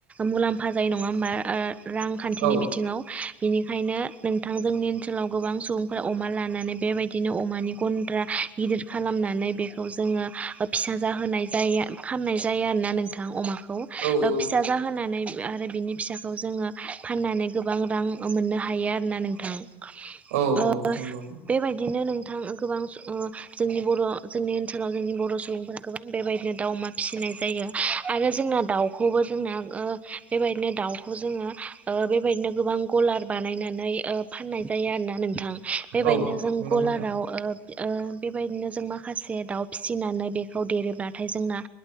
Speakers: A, on the right; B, on the right.
A: मुलाम्फा जायो नङा होमबा ओ रांखान्थिनि
B: औ
A: बिथिङाव बिनिखायनो नोंथां जोंनि ओनसोलाव गोबां सुबुंफोरा अमा लानानै बेबायदिनो अमानि गन्द्रा गिदिर खालामनानै बेखौ जोङो जोङो ओ फिसा जाहोनाय जायो खामनाय जायो आरोना नोंथां अमाखौ ओ
B: औ औ
A: फिसा जाहोनानै आरो बिनि फिसाखौ जोङो फाननानै गोबां रां मोननो हायो आरोना नोंथां ओ
B: औ औ नंगौ
A: बेबाय दिनो नोंथां गोबां ओ जोंनि बर' जोंनि ओनसोलाव जोंनि बर' सुबुंफोरा गोबां बेबायदिनो दाउ अमा फिसिनाय जायो आरो जोंना दाउखौबो जोंना ओ बेबायदिनो दाउखौ जोङो ओ बेबायदिनो गोबां गलार बानायना नै ओ फाननाय जायो आरो ना नोंथां बेबायदिनो
B: औ
A: जों
B: नंगौ
A: गलाराव
B: नोंथां
A: ओ ओ बेबायदिनो जों माखासे दाउ फिसिनानै बेखौ देरोब्लाथाय जोंना